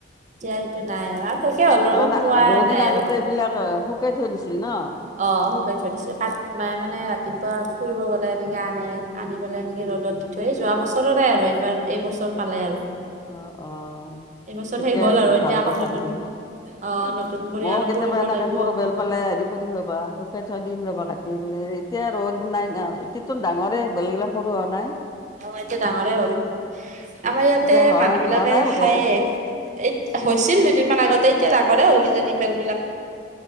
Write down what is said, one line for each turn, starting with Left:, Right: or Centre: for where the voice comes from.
Right: সেইটো নাই আৰু আৰু শেষে হ'ল
Left: তাৰমানে
Right: আৰু পোৱাই
Left: বহুতদিন
Right: নাই
Left: আগতে
Right: আৰু
Left: এইবিলাক শুকেই থৈ দিছিল ন'!
Right: অ', শুকুৱাই থৈ দিছে! মায়ে মানে ৰাতিপুৱা ফুৰিব গ'লে এনেকে আনে, আনি পেলাই এনেকে ৰ'দত দি থৈ যোৱা বছৰৰে আৰু এইবাৰ এইবছৰ পালে আৰু
Left: অ', অ',
Right: এইবছৰ
Left: ঠিকে
Right: শেষ হ'ল
Left: আছে,
Right: আৰু
Left: এইটো
Right: এতিয়া
Left: ভাল
Right: আকৌ
Left: কথা
Right: নতুন
Left: দেখোন এইটো।
Right: অ নতুন কৰি
Left: মইয়ো
Right: আৰু
Left: কেতিয়াবা
Right: কৰিব
Left: এনেকে
Right: লাগিব
Left: সৰু
Right: অ
Left: বেল পালে দিম। কৰিম ৰবা শুকাই থৈদিম ৰবা কাটি পেললে এতিয়া ৰ'দ নাই নএতিয়া চোন ডাঙৰে বেলগিলাক সৰু হোৱা নাই।
Right: অহ', এতিয়া ডাঙৰে হ'ল আমাৰ ইয়াতে
Left: এতিয়া হোৱা
Right: মানুহ বিলাকে
Left: হোৱা নাই বোধয়
Right: খায়ে। এই হৈছিল দুদিনমান আগতে এতিয়া ডাঙৰে হ'ল কিজানি বেল বিলাক।